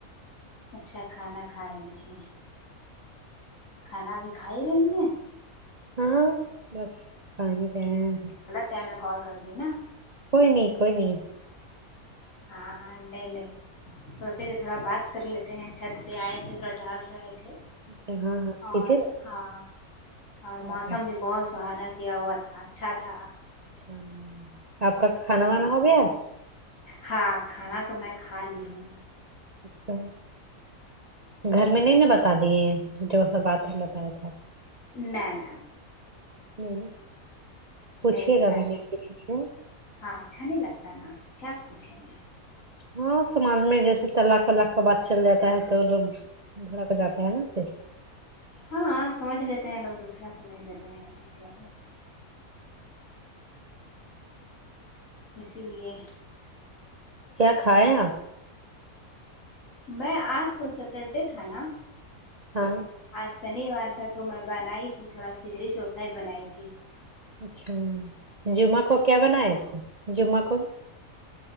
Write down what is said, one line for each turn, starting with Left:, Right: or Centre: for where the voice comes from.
Left: اچھا کھانا کھا رہی تھی کھانا ابھی کھا ہی رہی ہیں
Right: ہاں بس کھا ہی رہے ہے
Left: ٹیم میں کال کر دی نا
Right: کوئی نہیں کوئی نہیں
Left: ہاں ہاں نہیں نہیں سوچے کہ تھوڑا بات کر لیتے ہیں چھت پہ آئے تھے تھوڑا ٹاہل رہے تھے
Right: اچھا ہاں ہاں
Left: اور
Right: کیجیے نا
Left: ہاں اور
Right: ہو
Left: موسم
Right: گیا
Left: بھی بہت سہانا کیا ہوا تھا اچھا تھا
Right: اچھا آپ کا کھانا
Left: ہوں
Right: وانا ہو گیا ہے
Left: ہاں کھانا تو میں کھا لی ہوں
Right: اچھا گھر میں نہیں نا بتا دیے جو سب بات ہے بتاائے تھے آپ
Left: نہ نا نا
Right: نہیں پوچھیے
Left: نہیں بتاں
Right: گا بھی نہیں کسی سے
Left: ہاں اچھا نہیں لگتا نا کیاپوچھیں گے
Right: ہاں سماج میں جیسے تلاق ولاق کا بات چل جاتا ہے تو لوگ بھڑا جاتا ہے نا پھر
Left: ہاں سمجھ لیتے ہیں لوگ دوسرا سمجھ لیتے ہیں اس چیز کے با اسی لیے
Right: کیا کھائے ہیں آپ
Left: میں آج تو سٹرڈے تھا نا
Right: ہاں
Left: آج شنیوار تھا تو میں بنائی تھی تھوڑا کھچڑی چوکھائی بنائی تھی
Right: اچھا جمعہ کو کیا بنائے تھے جمعہ کو